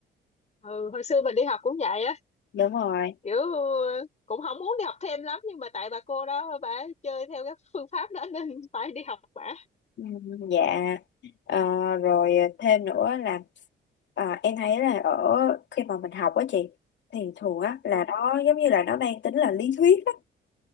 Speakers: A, on the left; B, on the left.
A: ừ. hồi xưa mình đi học cũng vậy á
B: đúng rồi
A: kiểu ờ, cũng không muốn đi học thêm lắm nhưng mà tại bà cô đó bà chơi theo cái phương pháp đó nên <laughs> phải đi học bả
B: Ừ, Dạ Ờ, rồi thêm nữa là à, em thấy là ở khi mà mình học á chị thì thường á
A: ừ
B: là nó giống như là nó mang tính là lý thuyết á